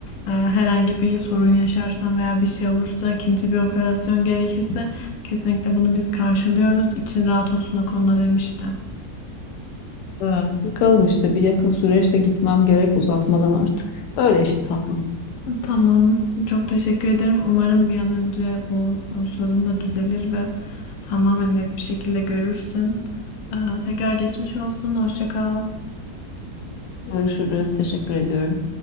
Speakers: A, on the left; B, on the left.
A: e, herhangi bir sorun yaşarsam veya bir şey olursa ikinci bir operasyon gerekirse kesinlikle bunu biz karşılıyoruz. İçin rahat olsun o konuda demişti.
B: Evet, bakalım işte bir yakın süreçte gitmem gerek uzatmadan artık. Böyle işte tatlım.
A: Tamam. Çok teşekkür ederim. Umarım bir an önce bu e, sorun da düzelir ve tamamen net bir şekilde görürsün. Ee, tekrar geçmiş olsun. Hoşça kal.
B: Görüşürüz. Teşekkür ediyorum.